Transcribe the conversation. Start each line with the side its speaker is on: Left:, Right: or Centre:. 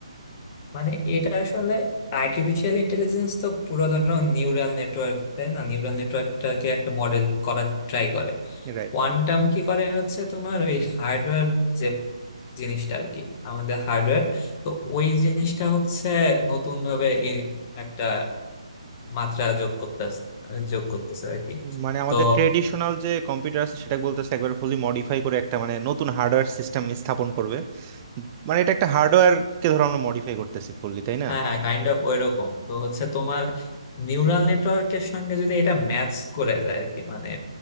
Left: মানে এটা আসলে আর্টিফিশিয়াল ইন্টেলিজেন্স তো পুরো ধরো নিউরাল নেটওয়ার্ক তাই না নিউরাল নেটওয়ার্কটাকে একটা মডেল করার ট্রাই করে
Right: রাইট
Left: কোয়ান্টাম কি করে হচ্ছে তোমার ওই হার্ডওয়্যার যে জিনিসটা আর কি আমাদের হার্ডওয়্যার তো ওই জিনিসটা হচ্ছে নতুন ভাবে একটা মাত্রা যোগ করতেছে যোগ করতেছে আর কি
Right: মানে আমাদের
Left: তো
Right: ট্রেডিশনাল যে কম্পিউটার আছে সেটা বলতেছে একবার ফুলি মডিফাই করে একটা মানে নতুন হার্ডওয়্যার সিস্টেম স্থাপন করবে মানে এটা একটা হার্ডওয়্যার কে ধরো আমরা মডিফাই করতেছি ফুললি তাই না
Left: হ্যাঁ হ্যাঁ কাইন্ড অফ ওইরকম তো হচ্ছে তোমার নিউরাল নেটওয়ার্কের সঙ্গে যদি এটা ম্যাচ করে যায় আর কি মানে